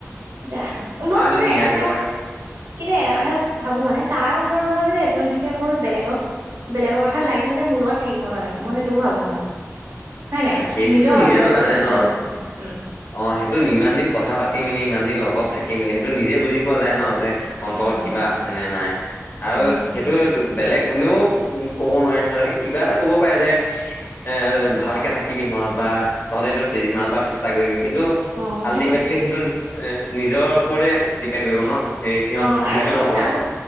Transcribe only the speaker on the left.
আৰু
সেইটো মিলাই
থাকিব লাগে।
সেইটোতো
নিজে
জনা
যায়
ন
অ সেইটো ইমান দিন কথা পাতি মেলি ইমান দিন লগত থাকি মেলি সেইটো নিজে বুজি পোৱা যায় ন যে অন্তৰত
কিবা আছে নে নাই আৰু
সেইটো বেলেগ কোনেও ক'ব নোৱাৰে নহয়। কিবা এটা কব পাৰে যে এ ভাল থাকিবি হঁত বা তহতে এটো যিমান পাৰ চেষ্টা কৰিবি। কিন্তু
আল্টিমেটলি
সেইটো এ নিজৰ ওপৰতে ডিপেণ্ড কৰিব ন। সেই সিহঁত
দুইজনৰ
ওপৰত।